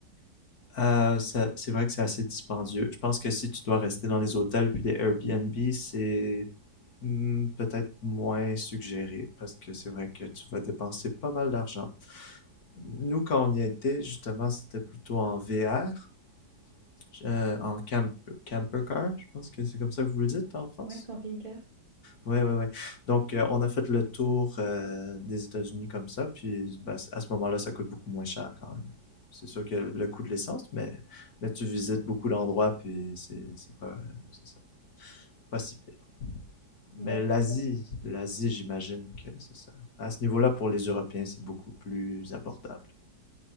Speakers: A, on the left (about 55°); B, on the right (about 25°).
A: Euh, ça- c'est vrai que c'est assez dispendieux. Je pense que si tu dois rester dans les hôtels puis des Airbnb, c'est hmm, peut-être moins suggéré parce que c'est vrai que tu vas dépenser pas mal d'argent. Nous, quand on y était, justement, c'était plutôt en VR. Je- en camp camper car, je pense que c'est comme ça que vous le dites en France.
B: Ouais, camping-car.
A: Ouais, ouais, ouais. Donc, euh, on a fait le tour euh, des États-Unis comme ça, puis ben, à ce moment-là, ça coûte beaucoup moins cher quand même. C'est sûr que le coût de l'essence, mais, mais tu visites beaucoup d'endroits, puis c'est c'est pas, euh, c'est ça, pas si pire. Mais
B: Bah, pourquoi-
A: l'Asie, l'Asie, j'imagine que c'est ça. À ce niveau-là, pour les Européens, c'est beaucoup plus abordable.